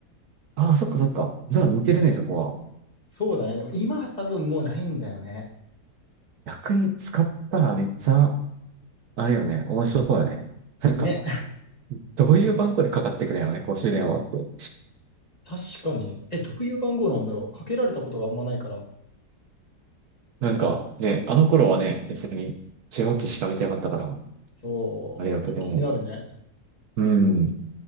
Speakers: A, on the right (about 65°); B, on the left (about 25°).
A: ああ、そっかそっか。じゃあ似てるね、そこは。
B: そうだね。でも今は多分もうないんだよね。
A: 逆に使ったらめっちゃ、あれよね、面白そうだね。なんか、
B: ね。
A: どういう番号でかかってくるんやろね、公衆電話って。
B: 確かに。え、どういう番号なんだろう。かけられたことがあんまないから。
A: なんか、ね、あの頃はね、別に受話器しか見てなかったから。
B: そう。
A: ありがとう。でも、
B: 気になるね。
A: うん。